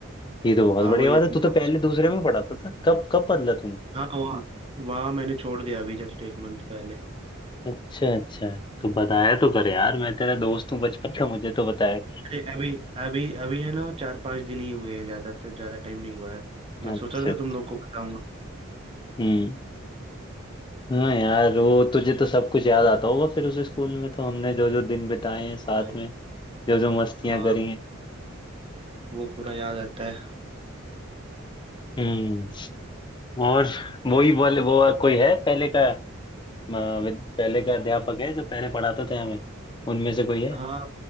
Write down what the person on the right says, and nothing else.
हाँ
भाई
अपने
पास
स्कूल
हाँ वहाँ वहाँ मैंने छोड़ दिया अभी जस्ट एक मंथ पहले
अरे अभी अभी अभी है ना चार पांच दिन ही हुए हैं ज्यादा तो ज्यादा टाइम नहीं हुआ है मैं
सोचा था तुम लोग को बताऊंगा
हाँ
भाई
हाँ
वो पूरा याद आता है
हाँ